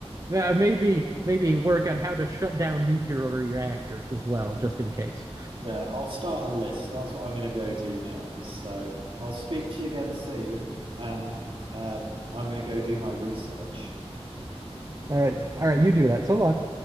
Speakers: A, on the right; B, on the right.
A: Uh, maybe maybe work on how to shut down nuclear reactors as well, just in case.
B: Yeah, I'll start a list. That's what I'm going to go do now. So I'll speak to you again soon, and um, I'm going to go do my research.
A: All right, all right, you do that. So long.